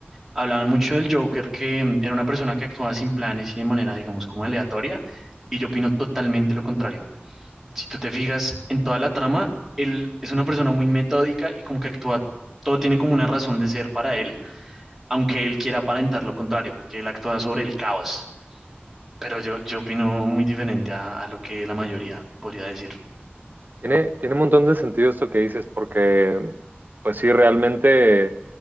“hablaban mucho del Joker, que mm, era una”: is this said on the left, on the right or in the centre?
Centre